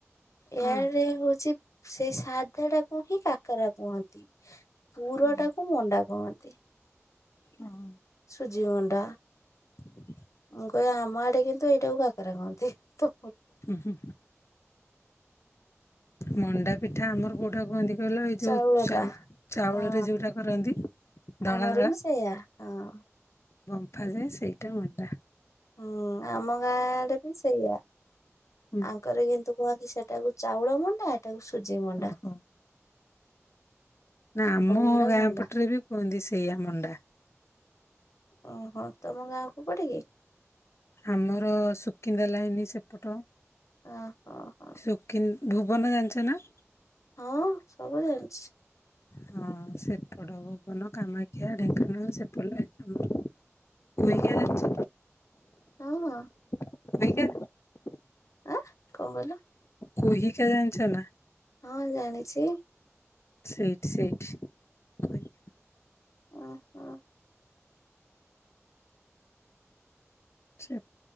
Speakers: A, on the left (about 60°); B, on the left (about 85°).
A: କଣ
B: ଏଆଡେ ହଉଛି ସେଇ ସାଧା ଟାକୁ କୁହିିକା କାକରା କୁହନ୍ତି ପୁର
A: ଅଁ,
B: ଟାକୁ ମଣ୍ଡା କୁହନ୍ତି।
A: ହଁ
B: ସୁଜି ଅଣ୍ଡା
A: <inaudible>
B: ମୁଁ କହେ ଆମ ଆଡେ କିନ୍ତୁ ଏଇଟାକୁ କାକରା କୁହନ୍ତି ତ
A: ହୁଁ ହୁଁ ମଣ୍ଡା ପି ଠା ଆମର କୋଉଟା କହନ୍ତି କହିଲ ଏଇ ଯୋଉ
B: ଚାଉଳ
A: ଚାଉ
B: ଟା
A: ଚାଉଳରେ
B: ହଁ
A: ଯୋଉଟା କରନ୍ତି ଧଳା
B: ଆମର
A: ଧଳା
B: ବି ସେଇଆ ହଁ।
A: ବମ୍ଫା ଯାଏଁ ସେଇଟା ମଣ୍ଡା।
B: ହୁଁ ଆମ ଗାଁ ରେ ବି ସେଇଆ
A: ହୁଁ,
B: ଆଙ୍କର କିନ୍ତୁ କୁହନ୍ତି ସେଟାକୁ ଚାଉଳ ମଣ୍ଡା ଏଇଟାକୁ ସୁ ସୁଜି ମୁଣ୍ଡା।
A: ଓହୋ ନା ଆମ
B: ଗୁଡା
A: ଗାଁ
B: ମଣ୍ଡା
A: ପଟରେ ବି କୁହନ୍ତି ସେଇଆ ମଣ୍ଡା
B: ଓହୋ ତମ ଗାଁ କୋଉ ପଟେ କି?
A: ଆମର ଶୁକିନ୍ଦା ଲାଇନ ସେପଟ।
B: ଓହୋ ହଁ।
A: ଶୁକିନ୍ ଭୁବନ ଜାଣିଛ ନା?
B: ହଁ ସବୁ ଜାଣିଛି।
A: ହଁ ସେପଟ ଭୁବନ କାମାକ୍ଷା ଢେଙ୍କାନାଳ ସେପଟ ଲାଇନ୍ ଆମର। କୁହିକା
B: ଓ ହୋ
A: ଜାଣିଛ
B: ହଁ ହଁ।
A: <inaudible>
B: ଆଁ କଣ କହିଲୁ?
A: କୁହିକା ଜାଣିଛ ନା?
B: ହଁ ଜାଣିଛି।
A: ସେଇଠି ସେଇଠି କୁହିକା।
B: ଓ ହୋ।
A: ଛେ